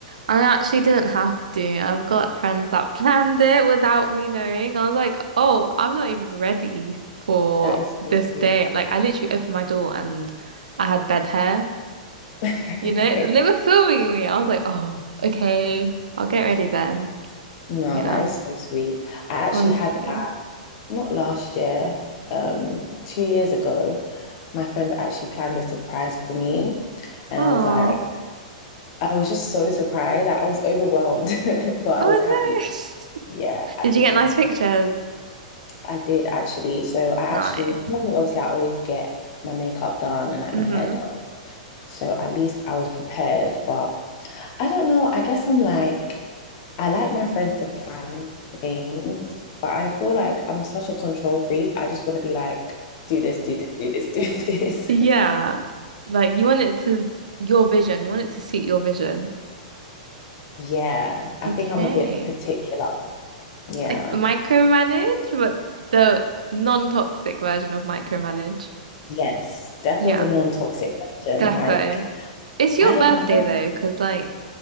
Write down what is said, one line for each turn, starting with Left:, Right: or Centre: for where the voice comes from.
Right: I actually didn't have to. I've got friends that <laughs> planned it without me knowing. I was like, oh, I'm not even ready for
Left: That is
Right: this
Left: so sweet.
Right: day. Like, I literally opened my door and I had bed hair.
Left: <laughs>
Right: You know, they were filming me. I was like, oh, okay, I'll get ready then.
Left: No,
Right: Yeah,
Left: that is so sweet. I actually
Right: honestly.
Left: had that not last year, um, two years ago. My friends actually planned a surprise for me, and
Right: Aw.
Left: I was like, I was just so surprised. I, I was overwhelmed, <laughs> but I
Right: Oh
Left: was happy.
Right: no. <laughs>
Left: Yeah, at
Right: Did
Left: the
Right: you
Left: same,
Right: get nice pictures?
Left: I did actually. So I actually
Right: Nice.
Left: normally, obviously, I always get my makeup done and like
Right: hmm
Left: my hair done. So at least I was prepared. But I don't know. I guess I'm like. I like my friends to plan things, but I feel like I'm such a control freak. I just want to be like, do this, do this, do this, <laughs> do this.
Right: Yeah. Like you want it to your vision. You want it to suit your vision.
Left: Yeah, I
Right: Okay.
Left: think I'm a bit particular. Yeah.
Right: Like micromanage, but the non-toxic version of micromanage.
Left: Yes, definitely
Right: Yeah,
Left: the non-toxic version.
Right: defo.
Left: Like,
Right: It's your
Left: I don't
Right: birthday
Left: know.
Right: though, because like,